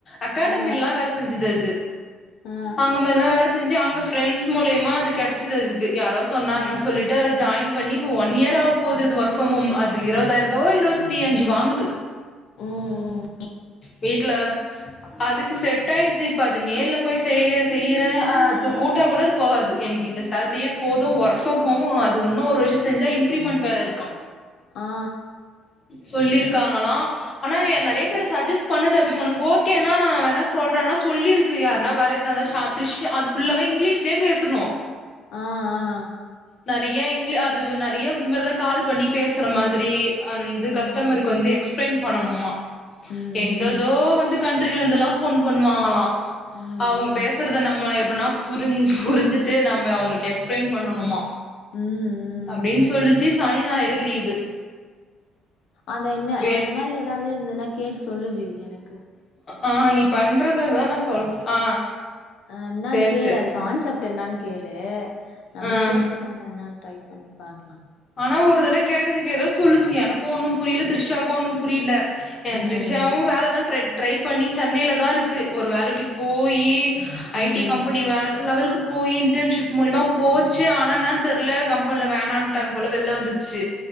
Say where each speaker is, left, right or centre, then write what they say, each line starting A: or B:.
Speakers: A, on the left; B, on the left.
A: அகாடமில்லா
B: ஆ
A: வேல செஞ்சிது அது
B: ஆ ஆ
A: அங்க மாரிலாம் வேல செஞ்சி அங்க ஃப்ரெண்ஸ் மூலியமா அது கெடச்சது அதுக்கு து யாரோ சொன்னாங்கன்
B: ஆ ஆ ஆ
A: சொல்லிட்டு அது ஜாயின் பண்ணி இப்ப ஒன் இயர் ஆவ போவுது அது ஒர்க் ஃபுரம் ஹோம் அது இருவதாயிரூபாவோ இருவத்தி அஞ்சி வாங்குது
B: ம் ம்
A: வீட்ல அதுக்கு செட் ஆயிடுச் பி இப்ப அது நேர்ல போய் செய்ய செய்யறன் ஆ அது கூட்டா கூட அது போகாது எனக்கு இந்த சேலரியே போதும் ஒர்க் ஃபுரம் ஹோமு அது உன்னும் ஒரு வருஷம் செஞ்சா இன் கிரிமெண்ட் வேற இருக்கா
B: ஆ ஆ
A: சொல்லிருக்காங்களா ஆனா நறையா பேரு சஜஸ்ட் பண்ணுது அபி ஒனக்கு ஓகேனா நான் வேணா சொல்றன்னா சொல்லிருக்கு யார்னா வரதாந்தா ஷா திர்ஷா அது ஃபுல்லாவே இங்கிலீஷ்லே பேசுணும்
B: ஆ ஆ
A: நெறய இங்க அது நெறய இது மாரிதா கால் பண்ணி பேசுற மாதிரி அந்து கஸ்டமருக்கு
B: ஆ ம்
A: வந்து எக்ஸ்ட எக்ஸ்பிளைன் பண்ணணுமா
B: ம்
A: எந்ததோ
B: ம்
A: வந்து கண்ட்ரில இருந்துலா போன் பண்ணுவாங்கலா
B: ம்
A: அவுங்க பேசுறத
B: ம்
A: நம்ம எப் நா புரிஞ் புரிஞ்சுட்டு நம்ம அவுங்களுக்கு எக்ஸ்பிளைன் பண்ணணுமா
B: ம்
A: அப்டின் சொல்லுச்சு சனி ஞாயிறு லீவு
B: அந்த என்ன
A: வே
B: அந்த மாதிரி ஏதாவது இருந்துன்னா கேட்டு சொல்லு ஜீவி எனக்கு
A: ஆ நீ பண்றத தா நா சொல்றே ஆ
B: அ இன்னானு
A: சேர்
B: கேளு
A: சேர்
B: அது கான்செப்ட் என்னானு கேளு நம்ம
A: ஆ
B: கேட்டு நம்ம எதுனா ட்ரை பண்ணி பாக்கலா
A: ஆனா ஒரு தடவ கேட்டதுக்கு ஏதோ சொல்லுச்சு எனக்கு ஒன்னு புரியல த்ரிஷாவுக்கு ஒன்னு புரியல ஏன்
B: ம் ம்
A: த்ரிஷாவு வேலதா ட்ரெட் ட்ரை பண்ணி சென்னையில தா இருக்கு ஒரு வேலைக்கு போயி
B: ம்
A: ஐ டி கம்பெனி
B: ம்
A: வேற லெவல்கு போய் இன்டன்ஷிப் மூலிமா போச்சு ஆனா என்னனு தெரியில கம்பெனில வேணான்னு ட்டாங்க போல வெளிள வந்துருச்சு